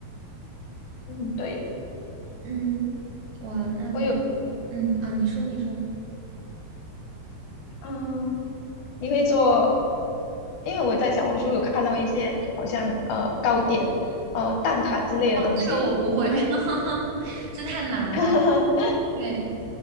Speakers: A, on the left; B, on the right.
A: 嗯，对，
B: 嗯，哇，那感，
A: 我有，
B: 嗯啊，你说你说，
A: 嗯、你会做？因为我在小红书有看到一些好像呃糕点、呃蛋挞之类的东西嘛，
B: 这个我不会，<laughs> 这太难了。
A: <laughs>
B: 对，